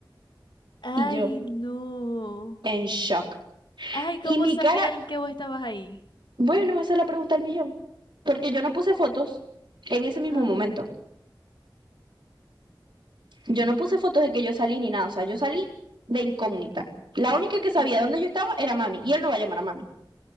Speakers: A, on the left; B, on the right.
A: Ay,
B: Y yo.
A: no.
B: en shock.
A: Ay, ¿cómo
B: Y mi
A: sabía
B: cara,
A: el que vos estabas ahí?
B: bueno, esa es la pregunta del millón, porque yo no puse fotos en ese mismo
A: Ah,
B: momento. Yo no puse fotos de que yo salí ni nada, o sea, yo salí de incógnita. La única que sabía
A: ok.
B: dónde yo estaba era mami, y él no va a llamar a mami.